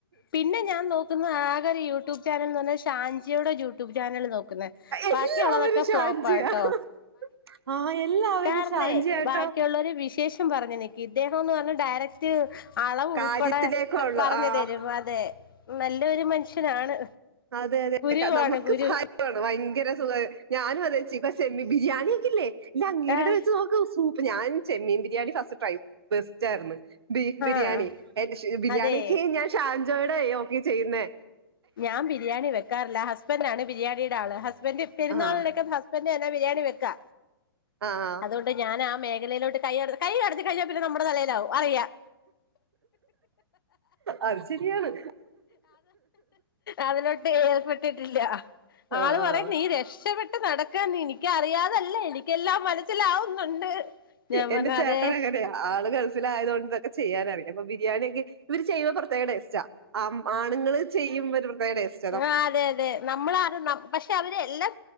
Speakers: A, on the left; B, on the right.
A: പിന്നെ ഞാൻ നോക്കുന്ന ആക ഒരു പിന്നെ, ഞാൻ നോക്കുന്ന. ആകെ യൊരു യൂട്യൂബ് ചാനൽ എന്ന് പറഞ്ഞ ശ്യാംജി യുട്യൂബ് ചാനൽ നോക്കുന്ന
B: എല്ലാവരും
A: ബാക്കി യുള്ളതൊക്കെ, ഫ്ലോപ്പാ
B: ഷാൻജിയ
A: ട്ടോ?
B: ആഹ് എല്ലാവരും
A: കാരണേ
B: ഷാൻജിയാട്ടോ
A: ബാക്കിയുള്ളരു വി ശേഷം പറഞ്ഞു നിക്കും. ഇദ്ദേഹം ന്ന് പറഞ്ഞ ഡയറക്ട് അളവ് ഉൾപ്പെടെ
B: കാര്യത്തിലേക്കുള്ള
A: പറഞ്ഞു
B: ആഹ്
A: തരും. അതെ, നല്ലൊരു മനുഷ്യനാണ്.
B: അതെ, അതെ
A: ഗുരുവാണ്
B: നമുക്ക്
A: ഗുരു
B: ഫാഗ്യമാണ്. ഭയങ്കര സുഖ. ഞാനു അതെ ച്ചീ ചെമ്മീൻ ബിരീയാണി ഒക്കെ ല്ലേ? ഇല്ല, അങ്ങേരിയുടെ
A: ആഹ്
B: വെച്ച് നോക്ക് സൂപ്പ് ഞാൻ ചെമ്മീൻ ബിരിയാണി ഫസ്റ്റ് ട്രൈ. ബെസ്റ്റ് ആയിരുന്നു. ബീഫ് ബിരിയാണി,
A: ആഹ്
B: എ ബിരിയാണിക്ക്
A: അതെ
B: ഞാൻ ഷാൻജോടെ നോക്കി ചെയ്യുന്നേ?
A: ഞാൻ ബിരിയാണി വെക്കാറില്ല. ഹസ്ബൻറ് ആണ് ബിരിയാണിയുടെ ആള്, ഹസ്ബൻഡറ് പെരുന്നാളിലക്ക
B: ആഹ്
A: ഹസ് ബന്റാണ് ബരിയാണി വെക്കാ.
B: ആഹ് ആഹ്
A: അതുകൊണ്ട് ഞാൻ, ആഹ് മേഖലയിലോട്ട് കൈ അട കൈ കടത്തി കഴിഞ്ഞൽ, പിന്നെ നമ്മുടെ തലയിലാവും അറിയാം.
B: അത് ശരിയാണ്.
A: അതിനോട്ട് ഏർപ്പെട്ടിട്ടി. ല്ല ആള്
B: ആഹ്
A: പറ നീ രക്ഷപ്പെെട്ട പ്പം നടക്കാ നി നി എനിക്ക അറിയാതല്ല, എനിക്കെല്ലാം മനസ്സിലാവുന്നുണ്ട്. ഞാൻ
B: എന്റെ
A: പറഞ്
B: ചേട്ടൻ
A: അതെ.
B: അങ്ങനെയാ ആള് ഗൾഫിലായതോണ്ട് ഇതൊക്ക ചെയ്യാനറിയ അപ്പോ ബിരിയാണിയക്കെ ഇവര് ചെയ്യുമ്പോ പ്രത്യേക ടെസ്റ്റാ. ആം ആണുങ്ങള് ചെയ്യ്മ്പെരു പ്രത്യേക ടെസ്
A: ആഹ് അതെ അതെ നമ്മൾ <unintelligible> പക്ഷെ അവരെ എല്ലാം